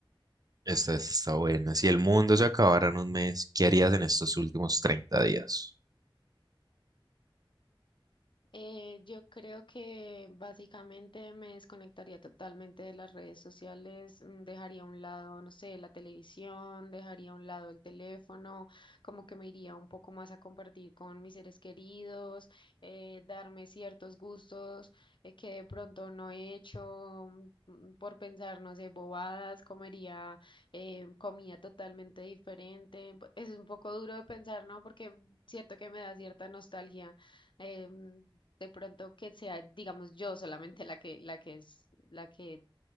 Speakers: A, on the right; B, on the left.
A: Esta está buena. Si el mundo se acabara en un mes, ¿qué harías en estos últimos 30 días?
B: Eh, yo creo que básicamente me desconectaría totalmente de las redes sociales, mm, dejaría a un lado, no sé, la televisión, dejaría a un lado el teléfono, como que me iría un poco más a compartir con mis seres queridos, eh, darme ciertos gustos eh, que de pronto no he hecho mm, mm, por pensar, no sé, bobadas, comería eh, comida totalmente diferente. Es un poco duro de pensar, ¿no? Porque cierto que me da cierta nostalgia. em, de pronto que sea, digamos, yo solamente la que, la que es, la que